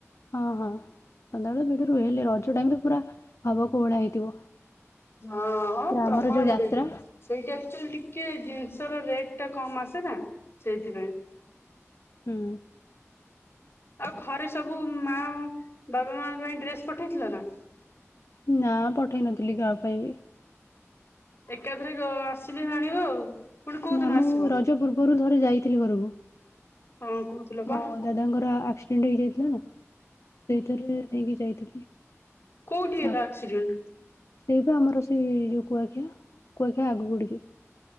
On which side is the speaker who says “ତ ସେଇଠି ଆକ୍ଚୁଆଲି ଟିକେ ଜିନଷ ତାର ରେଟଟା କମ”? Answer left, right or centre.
Left